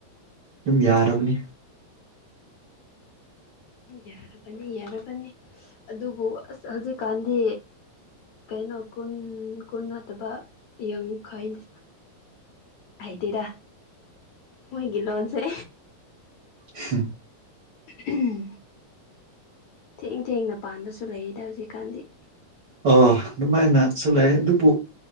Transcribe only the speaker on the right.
ꯑꯗꯨꯝ ꯌꯥꯔꯕꯅꯤ
ꯍꯝ
ꯑꯣ ꯑꯗꯨꯃꯥꯏꯅꯁꯨ ꯂꯩ ꯑꯗꯨꯕꯨ